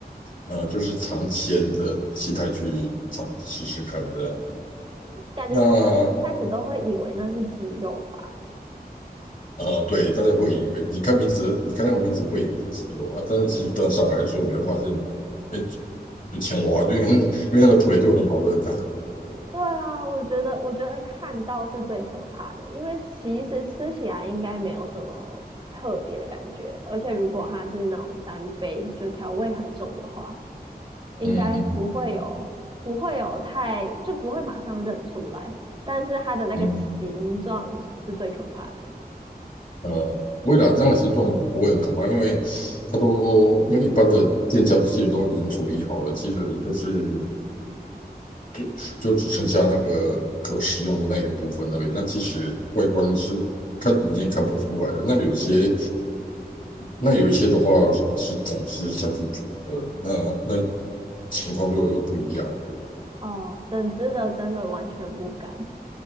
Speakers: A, on the left; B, on the right.
A: 呃，就是尝鲜的心态去尝试试看的。
B: 感觉大家最开始都会以为那是鸡肉吧。
A: 那呃，对，大家会以为你看名字，你看那个名字会以为是鸡肉啊，但是其实端上来的时候，你会发现，哎，就青蛙，因为因为那个腿就很好认呐、
B: 对啊，我觉得，我觉得看到是最可怕的，因为其实吃起来应该没有什么特别的感觉，而且如果它是那种三杯，就调味很重的话，应该不会有，
A: 嗯嗯
B: 不会有太，就不会马上认出来，但是它的那个形状是最可怕的。
A: 嗯嗯，呃，不会啦，这样的形状不会很可怕，因为它都因为一般的店家其实都已经处理好了，其实就是。就就只剩下那个可食用的那一部分而已。那其实外观是看已经看不出来了。那有些那有一些的话是整只下去煮的，那那情况就又不一样了。
B: 哦，整只的真的完全不敢